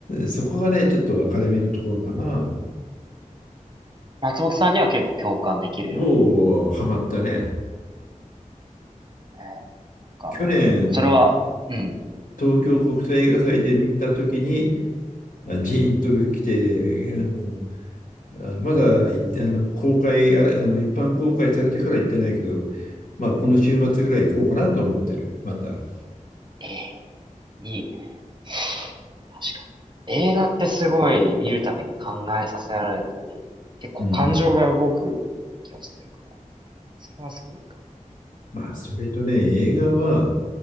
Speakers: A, on the left; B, on the right.
A: そこがね、ちょっと分かれ目のところかな。
B: 松本さんには結構共感できるような。
A: もうハマったね。
B: えーなんか、
A: 去年、
B: それは、うん、うん。
A: 東京国際映画祭で見たときに、あジーンと来て、あの、あのまだ行って、あの、公開、あれ、あの、一般公開されてから行ってないけど、まあ、この週末ぐらい行こうかなと思ってる。また。
B: ええいいね。確かに。映画ってすごい見るたびに考えさせられたり、結構感情が動く気がしてるから、
A: うん。
B: それはすごいいいか
A: まあ、それとね、映画は、